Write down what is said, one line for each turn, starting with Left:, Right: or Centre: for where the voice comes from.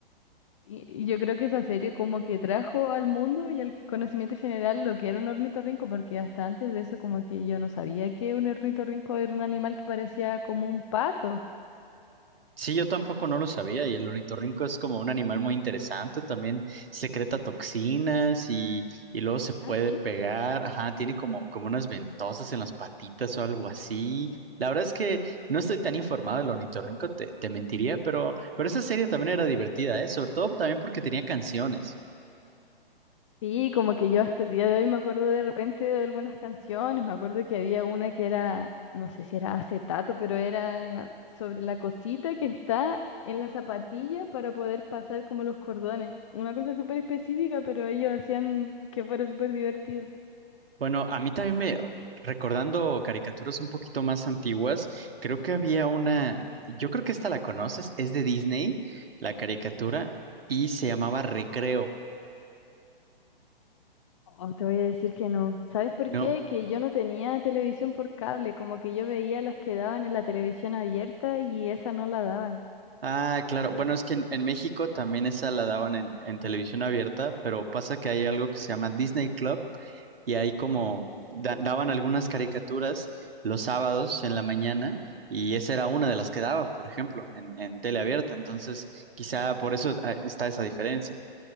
Left: y, y yo creo que esa serie como que trajo al mundo y al conocimiento general lo que era un ornitorrinco, porque hasta antes de eso como que yo no sabía que un ornitorrinco era un animal que parecía como un pato.
Right: Sí, yo tampoco no lo sabía y el ornitorrinco es como un animal muy interesante, también secreta toxinas y, y luego se puede
Left: Ah, sí.
Right: pegar, ajá, tiene como, como unas ventosas en las patitas o algo así. La verdad es que no estoy tan informado del ornitorrinco, te, te mentiría, pero, pero esa serie también era divertida, ¿eh? Sobre todo también porque tenía canciones.
Left: Sí, como que yo hasta el día de hoy me acuerdo de repente de algunas canciones, me acuerdo que había una que era, no sé si era acetato, pero era sobre la cosita que está en la zapatilla para poder pasar como los cordones. Una cosa súper específica, pero ellos hacían que fuera súper divertido.
Right: Bueno, a mí también me, recordando caricaturas un poquito más antiguas, creo que había una, yo creo que esta la conoces, es de Disney, la caricatura, y se llamaba Recreo,
Left: Oh, te voy a decir que no. ¿Sabes por
Right: ¿no?
Left: qué? Que yo no tenía televisión por cable, como que yo veía las que daban en la televisión abierta y esa no la daban.
Right: Ah, claro.
Left: De-
Right: Bueno, es que en, en México también esa la daban en, en televisión abierta, pero pasa que hay algo que se llama Disney Club y ahí como
Left: Ujú.
Right: da- daban algunas caricaturas los sábados en la mañana y esa era una de las que daban, por ejemplo, en, en tele abierta. Entonces, quizá por eso ah, está esa diferencia.